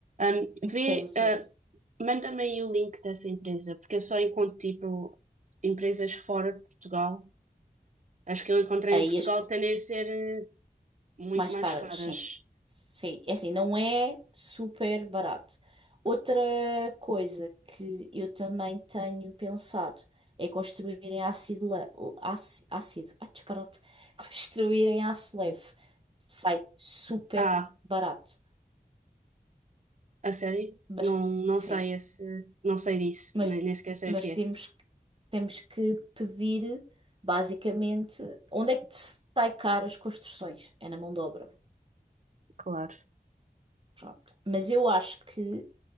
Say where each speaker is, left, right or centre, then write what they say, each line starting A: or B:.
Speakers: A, on the right; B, on the right.
A: Ahm,
B: O terreno,
A: vê,
B: certo?
A: ah, manda-me aí o link dessa empresa, porque eu só encontro tipo empresas fora de Portugal. As que eu encontrei
B: Aí
A: em Portugal
B: as que-
A: tendem a ser eh, muito
B: mais
A: mais
B: caras,
A: caras.
B: sim. Sim, é assim, não é super barato. Outra coisa que eu também tenho pensado é construir em ácido, le- áci- ácido, ah, disparate, <laughs> construir em aço leve. Sai super
A: Ah,
B: barato.
A: a sério?
B: Mas,
A: Não, não
B: sim.
A: sei esse, não sei disso,
B: Mas,
A: nem, nem sequer sei
B: mas
A: o que
B: temos,
A: é.
B: que- temos que pedir, basicamente, onde é que te sai caro as construções? É na mão de obra.
A: Claro.
B: Pronto. Mas eu acho que,